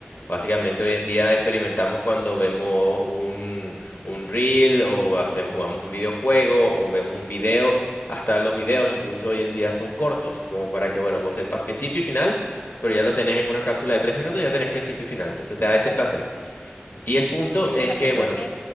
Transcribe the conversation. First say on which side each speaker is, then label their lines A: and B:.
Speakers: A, on the left (about 70°); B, on the left (about 85°).
A: básicamente hoy en día experimentamos cuando vemos un, un reel o hacemos, jugamos un videojuego o vemos un video, hasta los videos incluso hoy en día son cortos, como para que, bueno, vos sepas principio y final pero ya lo tenés en una cápsula de tres minutos, ya tenés principio y final, entonces te da ese placer. Y el punto
B: Sí,
A: es
B: o sea, yo
A: que,
B: creo
A: bueno,
B: que